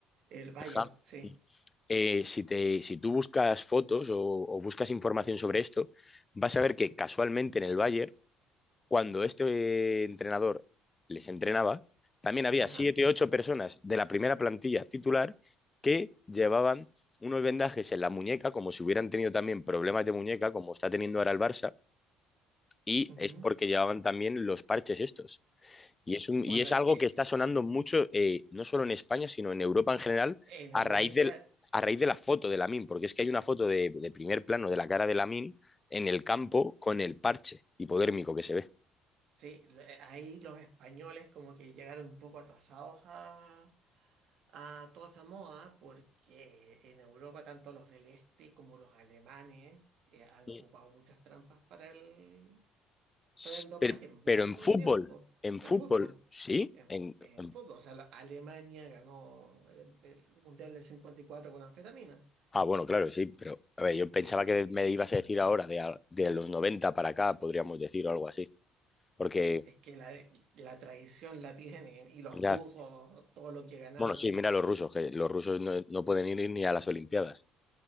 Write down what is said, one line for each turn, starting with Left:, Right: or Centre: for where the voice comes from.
Right: el Bayern,
Left: El Ham.
Right: sí.
Left: Eh, si te, si tú buscas fotos o, o buscas información sobre esto, vas a ver que casualmente en el Bayern cuando este entrenador les entrenaba, también había
Right: Ajá.
Left: siete, ocho personas de la primera plantilla titular que llevaban unos vendajes en la muñeca, como si hubieran tenido también problemas de muñeca, como está teniendo ahora el Barça, y
Right: ujú.
Left: es porque llevaban también los parches estos. Y es, un,
Right: Bueno,
Left: y es
Right: eh,
Left: algo
Right: eh,
Left: que está sonando mucho, eh, no solo en España, sino en Europa en general,
Right: en
Left: a
Right: Europa
Left: raíz,
Right: en general.
Left: del, a raíz de la foto de Lamin, porque es que hay una foto de, de primer plano de la cara de Lamin en el campo con el parche hipodérmico que se ve.
Right: Sí, le- eh, ahí los españoles como que llegaron un poco atrasados a, a toda esa moda, porque en Europa tanto los del este como los alemanes eh, han
Left: Sí.
Right: ocupado muchas trampas para el,
Left: S-
Right: para el dopaje
Left: Pero,
Right: en mucho
Left: pero en fútbol,
Right: tiempo,
Left: en
Right: en
Left: fútbol,
Right: fútbol.
Left: sí.
Right: En,
Left: En,
Right: fu- en
Left: en-
Right: fútbol, o sea, la- Alemania ganó eh, el Mundial del 54 con anfetamina.
Left: ah, bueno, claro, sí, pero a ver, yo pensaba
Right: Eh,
Left: que me ibas a decir ahora, de, a- de los 90 para acá, podríamos decir, o algo así. Porque,
Right: eh, es que la, la tradición la tienen y los
Left: ya,
Right: rusos, todo lo que ganaban
Left: bueno, sí, mira los rusos, que los rusos no, no pueden ir ni a las Olimpiadas.